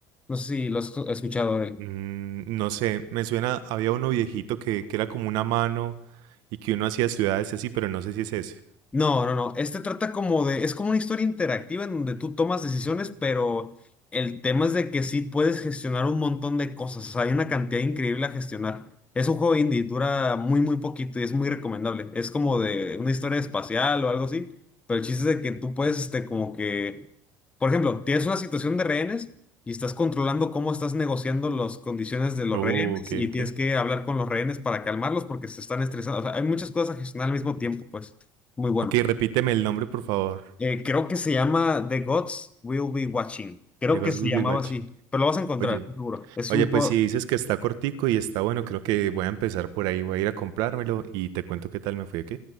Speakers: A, on the left; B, on the right.
A: No sé si lo has escuchado.
B: Mm, no sé, me suena, había uno viejito que, que era como una mano y que uno hacía ciudades y así, pero no sé si es ese.
A: No, no, no. Este trata como de, es como una historia interactiva en donde tú tomas decisiones, pero el tema es de que sí puedes gestionar un montón de cosas. O sea, hay una cantidad increíble a gestionar. Es un juego indie, dura muy, muy poquito y es muy recomendable. Es como de una historia espacial o algo así, pero el chiste es de que tú puedes, este, como que, por ejemplo, tienes una situación de rehenes y estás controlando cómo estás negociando las condiciones de los
B: Oh,
A: rehenes
B: ok,
A: y
B: ok.
A: tienes que hablar con los rehenes para calmarlos porque se están estresando. O sea, hay muchas cosas a gestionar al mismo tiempo, pues. Muy bueno.
B: Ok, repíteme el nombre, por favor.
A: Eh, creo que se llama The Gods Will Be Watching. Creo
B: De Ghost
A: que se
B: Will
A: llamaba
B: Be Watching.
A: así, pero lo vas a encontrar,
B: Oye,
A: estoy seguro. Es
B: oye,
A: un
B: pues
A: juego.
B: si dices que está cortico y está bueno, creo que voy a empezar por ahí. Voy a ir a comprármelo y te cuento qué tal me fue, ¿ok?